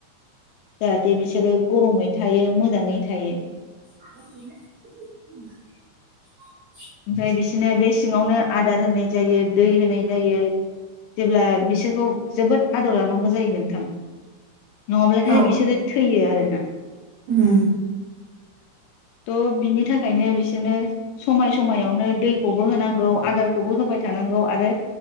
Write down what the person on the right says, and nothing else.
<inaudible>
औ
उम